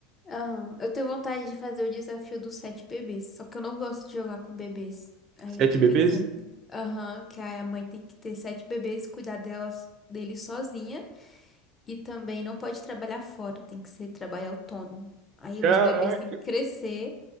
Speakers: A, on the left; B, on the right.
A: Aham. Eu tenho vontade de fazer o desafio dos sete bebês, só que eu não gosto de jogar com bebês. Aí
B: Sete
A: eu tô
B: bebês?
A: pensando. Aham, que a mãe tem que ter sete bebês, cuidar delas, deles sozinha e também não pode trabalhar fora, tem que ser trabalho autônomo. Aí
B: Caraca,
A: os bebês têm que crescer,